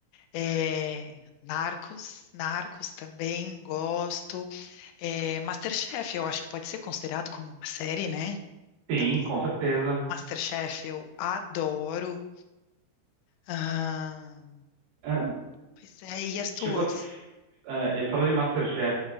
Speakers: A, on the left (about 85°); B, on the right (about 70°).
A: É, Narcos, Narcos também gosto. É, MasterChef, eu acho que pode ser considerado como uma série, né?
B: Sim,
A: Também.
B: com certeza.
A: MasterChef eu adoro. Ah,
B: Ah,
A: pois é, e as tuas?
B: chegou, ah, eh, falando em MasterChef,